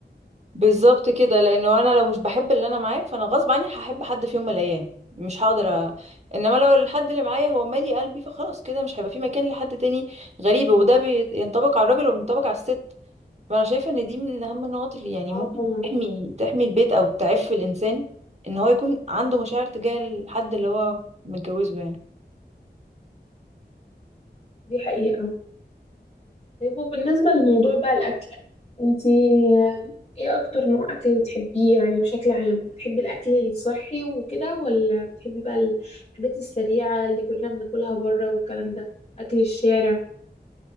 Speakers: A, on the right; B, on the left.
A: بالظبط كده لانه انا لو مش بحب اللي انا معاه فانا غصب عني هحب حد في يوم من الايام مش هقدر أ... انما لو الحد اللي معايا هو مالي قلبي فخلاص كده مش هيبقى في مكان لحد تاني غريب وده بينطبق على الراجل وبينطبق على الست فانا شايفه ان دي من اهم النقط اللي يعني ممكن
B: اه طبعا
A: تحمي تحمي البيت او تعف الانسان ان هو يكون عنده مشاعر تجاه الحد اللي هو متجوزه يعني
B: دي حقيقة طيب وبالنسبة لموضوع بقى الأكل انتي ايه أكتر نوع أكل بتحبيه يعني بشكل عام بتحبي الأكل الصحي وكده ولا بتحبي بقى الحاجات السريعة اللي كلنا بناكلها بره والكلام ده أكل الشارع